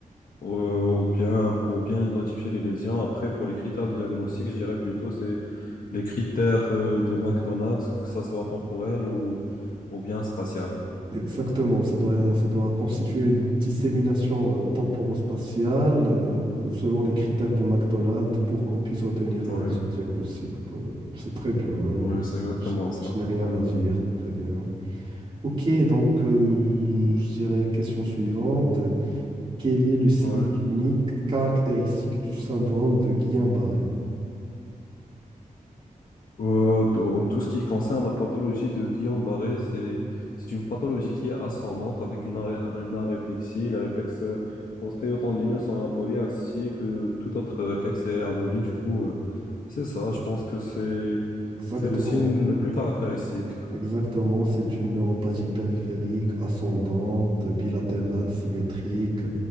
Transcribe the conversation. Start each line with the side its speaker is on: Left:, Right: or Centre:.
Left: euh, ou bien pour bien identifier les lésions. Après, pour les critères diagnostiques, je dirais plutôt c'est les critères euh, de McDonald's, que ça soit temporel ou, ou bien spatial.
Right: Exactement, ça doit, ça doit constituer une dissémination euh, temporospatiale euh, selon les critères de McDonald's pour qu'on puisse obtenir
Left: Oui,
Right: euh,
Left: ouais,
Right: ce diagnostic. Bah, C'est très bien, euh,
Left: ouais, c'est exactement
Right: je,
Left: ça.
Right: je n'ai rien
Left: Ouais,
Right: à dire, très bien. Ok, donc euh, je dirais question suivante. Quel est le signe
Left: ouais.
Right: clinique caractéristique du syndrome de Guillain-Barré?
Left: Euh, t- en tout ce qui concerne la pathologie de Guillain-Barré, c'est c'est une pathologie qui est ascendante avec une, aré- une aréflexie. Les réflexes euh, ostéotendineux sont abolis ainsi que tout autre réflexe est aboli. Du coup, euh, c'est ça. Je pense que c'est
Right: Exactement,
Left: c'est le signe le plus caractéristique.
Right: exactement. C'est une neuropathie périphérique, ascendante, bilatérale, symétrique,